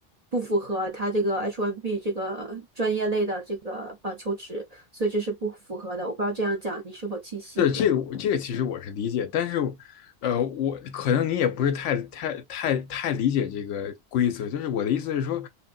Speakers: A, on the right (about 40°); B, on the left (about 75°).
A: 不符合他这个 H1B 这个专业类的这个呃求职，所以这是不符合的。我不知道这样讲你是否清晰一点。
B: 是这个我这个其实我是理解，但是，呃，我可能你也不是太太太太理解这个规则。就是我的意思是说，